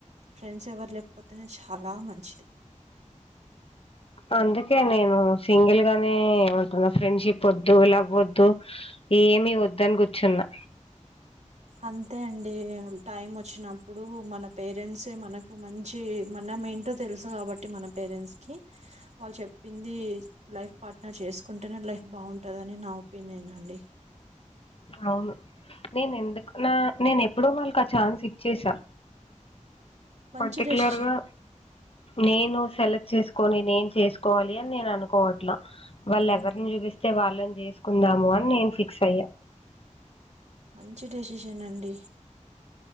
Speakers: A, on the right; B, on the left.
A: ఫ్రెండ్స్ ఎవర్ లేక్పోతేనే చాలా మంచిది
B: అందుకే నేనూ సింగిల్గానే ఉంటున్న ఫ్రెండ్షిప్ ఒద్దు, లవ్ ఒద్దు ఏమి వద్దని కూర్చున్నా
A: అంతే అండి టైం వచ్చినప్పుడు మన పేరెంట్సే మనకు మంచి మన మనం ఏంటో తెలుసు కాబట్టి మన పేరెంట్స్ కి వాళ్ళు చెప్పింది లైఫ్ పార్ట్నర్ చేసుకుంటేనే లైఫ్ బాగుంటదని నా ఒపీనియన్ అండి
B: అవును నేను ఎందుకు నా నేను ఎప్పుడో వాళ్ళకి ఆ ఛాన్స్ ఇచ్చేసా
A: మంచి
B: పర్టికలర్గా
A: డెసిషన్
B: నేను సెలక్ట్ చేస్కోని నేన్ చేస్కోవాలి అని నేన్ అనుకోవట్లా వాళ్ళ
A: ఉమ్,
B: ఎవరిని చూపిస్తే వాళ్ళని చేసుకుందాము అని నేను ఫిక్స్ అయ్యా
A: మంచి డెసిషన్ అండి